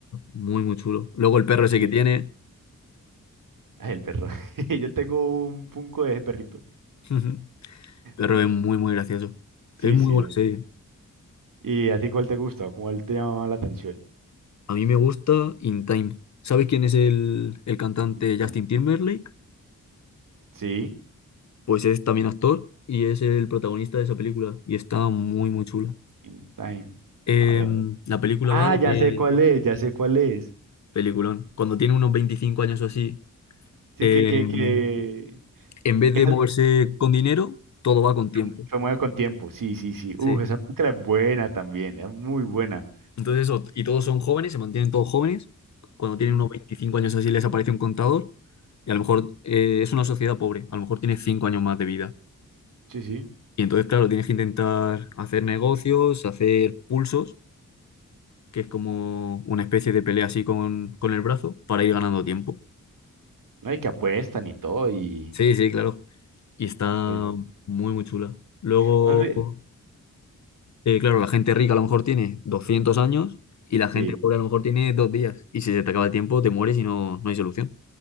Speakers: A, on the left (about 60°); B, on the right (about 80°).
A: muy, muy chulo. Luego el perro ese
B: Sí,
A: que
B: es.
A: tiene.
B: Ah, El perro. <laughs> Yo tengo un punco de ese perrito.
A: <laughs> Pero
B: Eh,
A: es muy, muy gracioso.
B: Sí,
A: Es muy
B: sí.
A: buena
B: eh.
A: serie.
B: ¿Y a ti cuál te gusta o cuál te llamaba la atención?
A: A mí me gusta In Time. ¿Sabes quién es el, el cantante
B: In
A: Justin
B: Time.
A: Timberlake?
B: Sí,
A: Pues es también actor y es el protagonista de esa película. Y está muy, muy chula.
B: In Time.
A: Em,
B: A ver.
A: la película
B: Ah,
A: va de
B: ya
A: que...
B: sé cuál es, ya sé cuál es.
A: Peliculón. Cuando tiene unos 25 años o así,
B: Sí,
A: em,
B: que, que, que,
A: en vez
B: que
A: de
B: es
A: moverse con dinero, todo va con tiempo.
B: Fue fue Mueve con tiempo, sí, sí, sí.
A: Sí.
B: Uf, esa película es buena también, es muy buena.
A: Entonces eso, y todos son jóvenes, se mantienen todos jóvenes. Cuando tienen
B: Mm,
A: unos 25 años así les aparece un contador y a lo mejor eh, es una sociedad pobre, a lo mejor tiene 5 años más de vida.
B: Sí, sí.
A: Y entonces, claro, tienes que intentar hacer negocios, hacer pulsos, que es como una especie de pelea así con, con el brazo, para ir ganando tiempo.
B: No, y que apuestan y todo, y...
A: Sí, sí, claro. Y está
B: eh,
A: muy, muy chula. Luego,
B: la peli-
A: eh, claro, la gente rica a lo mejor tiene 200 años y la gente
B: Sí,
A: pobre a lo mejor tiene dos días. Y si se te acaba el tiempo, te mueres y no, no hay solución.